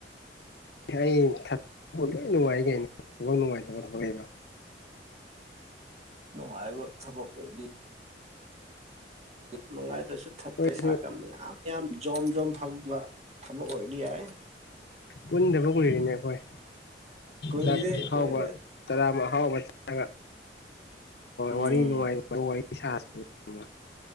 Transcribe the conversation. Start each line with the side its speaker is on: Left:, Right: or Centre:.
Left: ꯑꯩ ꯊꯛꯄ ꯂꯣꯏ ꯅꯨꯡꯉꯥꯏꯅꯦ ꯀꯩꯅꯣ ꯊꯕꯛ ꯅꯨꯡꯉꯥꯏꯇꯕ ꯊꯕꯛ
Right: ꯅꯨꯡꯉꯥꯏꯕ ꯊꯕꯛ ꯑꯣꯏꯗꯤ ꯌꯥꯝ ꯅꯨꯡꯉꯥꯏꯇ꯭ꯔꯁꯨ
Left: ꯑꯩꯈꯣꯏꯁꯨ
Right: ꯄꯩꯁꯥꯒ ꯃꯌꯥꯝ ꯌꯥꯝ ꯖꯣꯝ ꯖꯣꯝ ꯐꯪꯕ ꯊꯕꯛ ꯑꯣꯏꯔꯗꯤ ꯌꯥꯏ
Left: ꯄꯨꯟꯗꯕ ꯀꯨꯏꯔꯤꯅꯦ ꯑꯩꯈꯣꯏ
Right: ꯀꯨꯏꯔꯦ
Left: ꯆꯥꯛ ꯊꯥꯎꯕ
Right: ꯀꯨꯏꯔꯦ
Left: ꯆꯔꯥ ꯑ ꯍꯥꯎꯕ ꯆꯔꯒ
Right: ꯎꯝ
Left: ꯋꯥꯔꯤ ꯅꯨꯡꯉꯥꯏ ꯋꯥꯔꯤ ꯁꯥꯁꯤ ꯎꯝ